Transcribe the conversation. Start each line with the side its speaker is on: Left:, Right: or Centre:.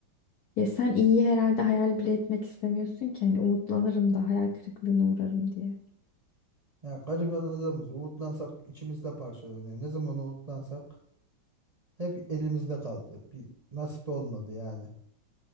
Left: Ya sen iyiyi herhalde hayal bile etmek istemiyorsun ki hani umutlanırım da hayal kırıklığına uğrarım diye.
Right: Ya gariban adamız. Umutlansak içimizde parçalanıyor. Ne zaman umutlansak hep elimizde kaldı. Bir nasip olmadı yani.